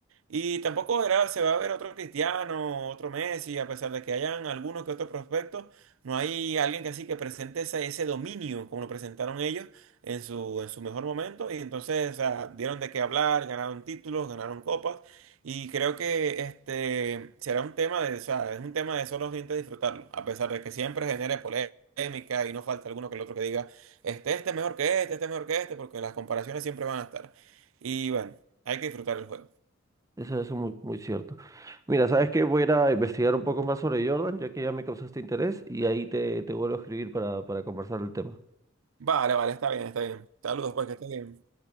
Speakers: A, on the right (about 85°); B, on the right (about 15°).
A: Y tampoco era- se va a ver otro Cristiano, otro Messi, a pesar de que hayan algunos que otros prospectos, no hay alguien que así que presente ese, ese dominio como lo presentaron ellos en su, en su mejor momento. Y entonces, o sea, dieron de qué hablar, ganaron títulos, ganaron copas. Y creo que este será un tema de, o sea, es un tema de solo gente disfrutarlo, a pesar de que siempre genere polémica y no falta alguno que el otro que diga, este, este es mejor que este, este es mejor que este, porque las comparaciones siempre van a estar. Y bueno, hay que disfrutar el juego.
B: Eso es muy, muy cierto. Mira, ¿sabes qué? Voy a ir a investigar un poco más sobre Jordan, ya que ya me causaste interés, y ahí te, te vuelvo a escribir para, para conversar el tema.
A: Vale, vale, está bien, está bien. Saludos, pues que estés bien.